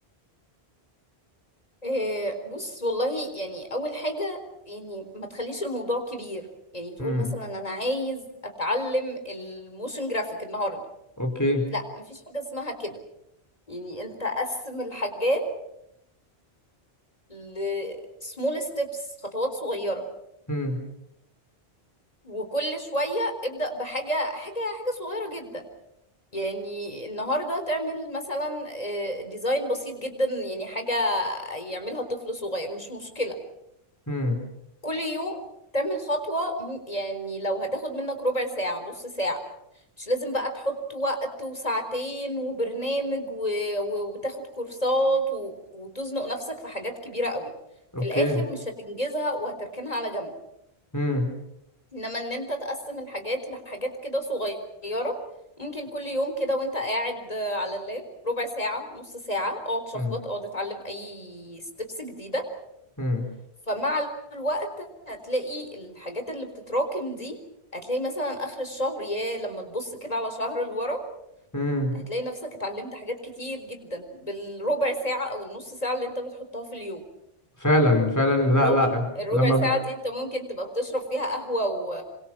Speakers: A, on the left; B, on the left.
A: آه، بص والله يعني اول حاجة يعني ما تخليش الموضوع كبير يعني تقول
B: هم
A: مثلا انا عايز اتعلم الموشن جرافيك النهارده
B: أوكي
A: لا مفيش حاجة اسمها كده يعني انت قسم الحاجات ل small steps خطوات صغيرة
B: هم
A: وكل شوية ابدأ بحاجة حاجة حاجة صغيرة جدا يعني النهاردة تعمل مثلا آه، ديزاين بسيط جدا يعني حاجة يعملها طفل صغير مش مشكلة
B: هم
A: كل يوم تعمل خطوة م- يعني لو هتاخد منك ربع ساعة نص ساعة مش لازم بقى تحط وقت وساعتين وبرنامج و... و... وتاخد كورسات و... وتزنق نفسك في حاجات كبيرة قوي
B: أوكي
A: في الآخر مش هتنجزها وهتركنها على جنب
B: هم
A: إنما إن أنت تقسم الحاجات لحاجات كده صغيرة ممكن كل يوم كده وانت قاعد آه، على اللاب ربع ساعة نص ساعة اقعد شخبط
B: هم
A: اقعد اتعلم اي ستيبس جديدة
B: هم
A: فمع الوقت هتلاقي الحاجات اللي بتتراكم دي هتلاقي مثلا آخر الشهر يا لما تبص كده على شهر لورا
B: هم
A: هتلاقي نفسك اتعلمت حاجات كتير جدا بالربع ساعة أو النص ساعة اللي انت بتحطها في اليوم
B: فعلا فعلا لا
A: رغم
B: لا
A: ان الربع
B: لما
A: ساعة
B: بت...
A: دي انت ممكن تبقى بتشرب فيها قهوة و...